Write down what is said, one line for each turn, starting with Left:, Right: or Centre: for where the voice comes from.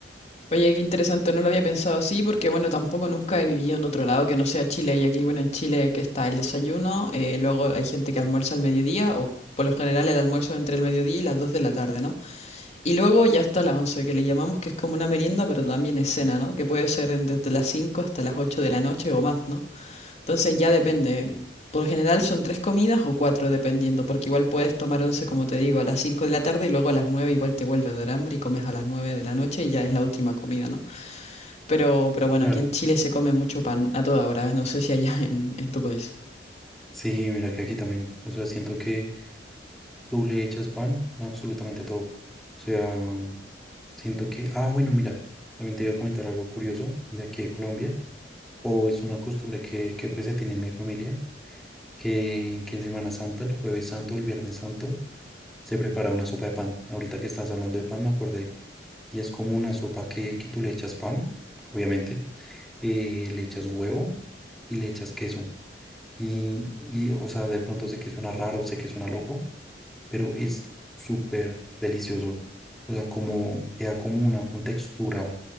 Left: Oye, qué interesante, no lo había pensado así, porque bueno, tampoco nunca he vivido en otro lado que no sea Chile. Y aquí, bueno, en Chile que está el desayuno, eh, luego hay gente que almuerza al mediodía, o por lo general el almuerzo entre el mediodía y las 2 de la tarde, ¿no? Y luego ya está la once, que le llamamos que es como una merienda, pero también es cena, ¿no? Que puede ser en- desde las 5 hasta las 8 de la noche o más, ¿no? Entonces ya depende. Por general son tres comidas o cuatro, dependiendo, porque igual puedes tomar once, como te digo, a las 5 de la tarde y luego a las 9 igual te vuelves de hambre y comes a las 9 de la noche y ya es la última comida, ¿no? Pero, pero bueno,
Centre: Claro.
Left: aquí en Chile se come mucho pan a toda hora, ¿eh? no sé si allá <laughs> en, en tu país.
Centre: Sí, mira que aquí también, o sea, siento que tú le echas pan a absolutamente todo. O sea, siento que, ah, bueno, mira, también te iba a comentar algo curioso de aquí de Colombia, o es una costumbre que, que pues se tiene en mi familia que, que en Semana Santa, el jueves santo o el viernes santo, se prepara una sopa de pan. Ahorita que estás hablando de pan, me acordé. Y es como una sopa que, que tú le echas pan, obviamente, eh, le echas huevo y le echas queso. Y, y, o sea, de pronto sé que suena raro, sé que suena loco, pero es súper delicioso. O sea, como queda como una con textura